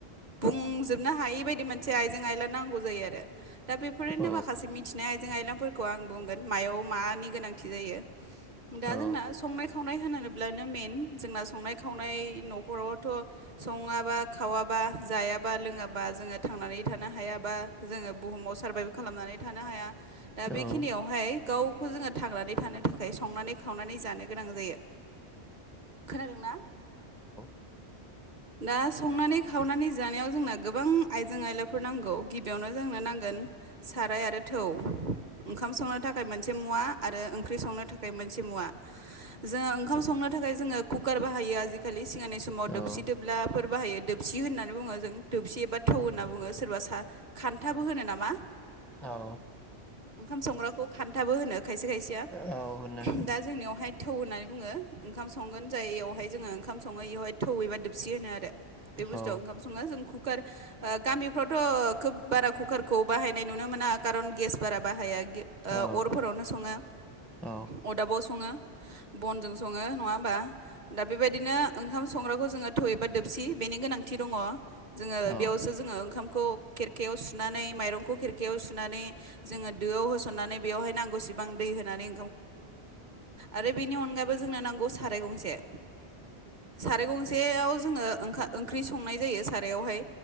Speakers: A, on the right; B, in the centre.
A: बुंजोबनो हायि बायदि मोनसे आइजें-आइला नांगौ जायो आरो दा बेफोरनो
B: औ
A: माखासे मिथिनाय आइजें आइलांफोरखौ आं बुंगोन। मायाव मानि गोनांथि जायो दा
B: औ
A: जोंना संनाय-खावनाय़ खावनाय होनोब्लानो मेेन जोंना संनाय-खावनाय न'खरावथ' सङाबा खावाबा जायाबा लोङाबा जोङो थांनानै थानो हायाबा। जोङो बुहुमाव सार्भाइभ खालामनानै थानो हाया दा
B: औ
A: बेखिनियाव गावखौ जोङो थांनानै थानो थाखाय संनानै खावनानै जानो गोनां जायो। खोनादोंना?
B: <inaudible>
A: दा संनानै-खावनानै जानायाव जोंना गोबां आइजें आइलाफोर नांगौ गिबियावनो जोंनो नांगोन। साराय आरो थौ ओंखाम संनो सनो थाखाय मोनसे मुवा आरो ओंख्रि संनो थाखाय मोनसे मुवा जोङो ओंखाम संनो थाखाय जोङो कुकार बाहायो आजिखालि सिगांनि समाव दोबसि
B: औ
A: दोब्लाफोर बाहायो दोबसि होननानै बुङो जों दोबसि एबा थौ होनना बुङो सोरबा सा खान्थाबो होनो नामा?
B: औ।
A: ओंखाम संग्राखौ खान्थाबो होनो खायसे खायसेया
B: औ होनो
A: दा जोंनियावहाय। थौ होननानै बुङो ओंखाम संगोन जाययावहाय जोङो ओंखाम सङो बेयावहाय थौयैबा दोबसि होनो आरो। बे बुस्थुआव
B: औ
A: ओंखाम सङा जों कुकार गामिफ्रावथ' खोब बारा कुकारखौ बाहायनाय नुनो मोना खारन गेस बारा बाहाया।
B: औ
A: अरफोरावनो सङो।
B: औ
A: अरदाबाव सङो बनजों सङो नङा होमबा दा बे बायदिनो ओंखाम संग्राखौ जोङो थाय एबा दोबसि बेनि गोनांथि दङ जोङो
B: औ
A: बेयावसो जोङो ओंखामखौ खेरखायाव सुनानै माइरंखौ खेरखायाव सुनानै जोङो दोआव होसन नानै बेयाव नांगौ सिबां दै होनानै आरो बेनि अनगायै जोंनो नांगौ साराय गंसे साराय गंसेयाव जोंनो ओं ओंख्रि संनाय जायो सारायावहाय।